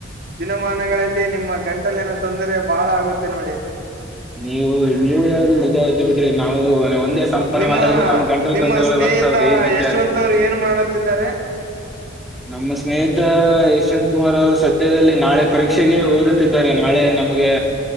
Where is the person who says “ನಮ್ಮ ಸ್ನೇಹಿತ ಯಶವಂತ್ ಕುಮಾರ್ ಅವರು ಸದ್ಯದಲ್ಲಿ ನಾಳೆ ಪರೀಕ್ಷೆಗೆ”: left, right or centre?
Centre